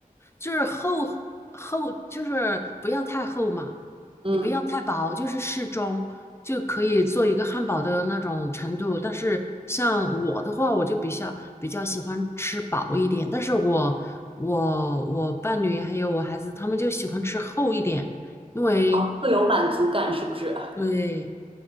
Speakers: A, on the left; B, on the right.
A: 就是厚厚，就是不要太厚嘛，
B: 嗯，
A: 也不要太薄，就是适中就可以做一个汉堡的那种程度。但是像我的话，我就比较比较喜欢吃薄一点，但是我我我伴侣还有我孩子他们就喜欢吃厚一点，因为
B: 哦，会有满足感是不是？<laughs>
A: 对